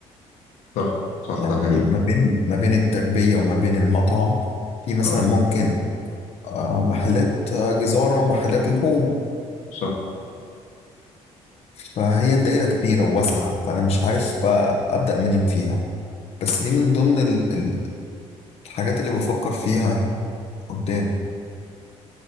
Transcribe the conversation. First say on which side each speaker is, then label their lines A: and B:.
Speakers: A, on the left; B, on the left.
A: صح صح
B: يعني
A: ده حقيقي
B: ما بين ما بين التربية وما بين المطعم في مثلا
A: اه
B: ممكن آه، محلات آه، جزارة ومحلات لحوم
A: صح
B: فهي الدايرة كبيرة وواسعة فأنا مش عارف بقى أبدأ منين فيها بس دي من ضمن ال- ال- الحاجات اللي بفكر فيها قدام